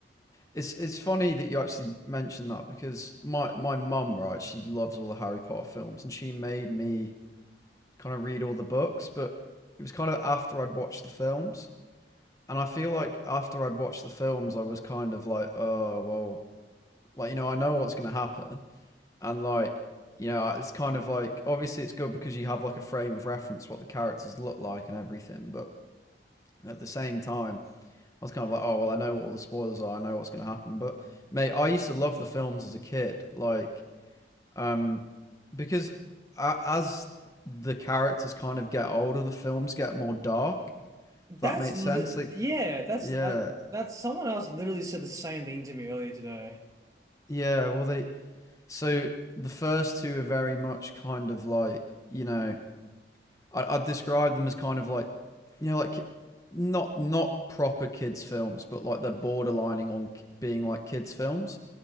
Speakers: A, on the left; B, on the right.
A: it's it's funny that you actually mentioned that because my my mum, right, she loves all the Harry Potter films and she made me kind of read all the books, but it was kind of after I'd watched the films. And I feel like after I'd watched the films, I was kind of like, oh, well, like, you know, I know what's going to happen and like you know it's kind of like obviously it's good because you have like a frame of reference what the characters look like and everything but at the same time i was kind of like oh well i know what all the spoilers are i know what's going to happen but mate i used to love the films as a kid like um because as the characters kind of get older the films get more dark
B: That's
A: if that makes
B: li
A: sense like
B: yeah, that's
A: yeah
B: I that's someone else literally said the same thing to me earlier today.
A: yeah well they so the first two are very much kind of like you know I, I'd describe them as kind of like, you know, like not not proper kids films, but like they're borderlining on being like kids films.